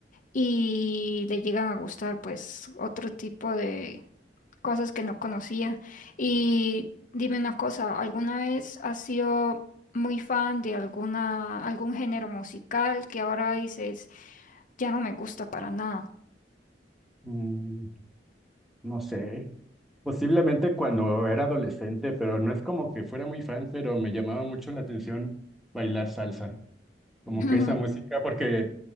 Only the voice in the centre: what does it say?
Mm, no sé. Posiblemente cuando era adolescente, pero no es como que fuera muy fan, pero me llamaba mucho la atención bailar salsa. Como
que esa música, porque